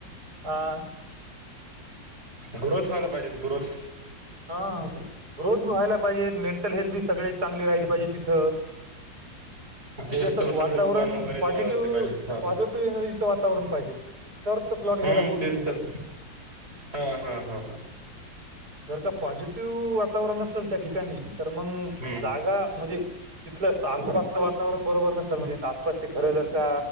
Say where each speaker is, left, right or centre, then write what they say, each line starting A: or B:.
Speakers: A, on the right; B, on the right.
A: हा.
B: ग्रोथ व्हायला पाहिजे ग्रोथ.
A: हा ग्रोथ बी व्हायला पाहिजे, मेंटल हेल्थ बी सगळे चांगली राहिली पाहिजे तिथं. <inaudible> म्हणजे
B: तेच
A: असं
B: तर
A: वातावरण
B: सगळे दुकान वगैरे
A: पॉझिटिव्ह
B: जवळ असले पाहिजे
A: पॉझिटिव्ह एनर्जीचं वातावरण पाहिजे. तर तो प्लॉट घ्यायला
B: हम्म
A: पुूरती
B: तेच
A: तिथं.
B: तर हा हा हा.
A: जर का पॉझिटिव्ह वातावरण असेल त्या ठिकाणी तर मंग
B: हम्म
A: जागा म्हणजे तिथलं आसपासचं वातावरण बरोबर नसल म्हणजे आसपासची घरं जर का